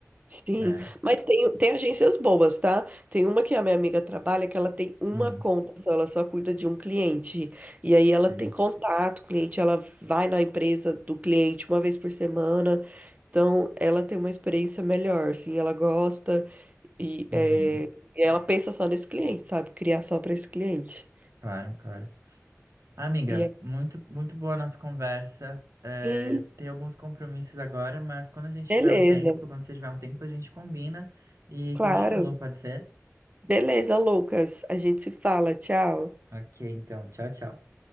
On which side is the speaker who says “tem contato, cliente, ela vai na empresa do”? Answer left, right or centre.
Right